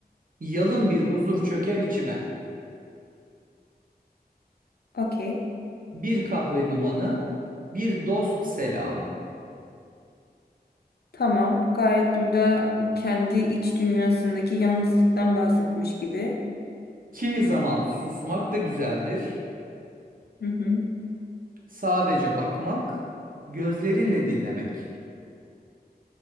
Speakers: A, on the right; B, on the left.
A: Yalın bir huzur çöker içime.
B: Okey.
A: Bir kahve dumanı, bir dost selamı.
B: Tamam. Gayet burada kendi iç dünyasındaki yalnızlıktan bahsetmiş gibi.
A: Kimi zaman susmak da güzeldir.
B: Hı hı.
A: Sadece bakmak, gözlerinle dinlemek.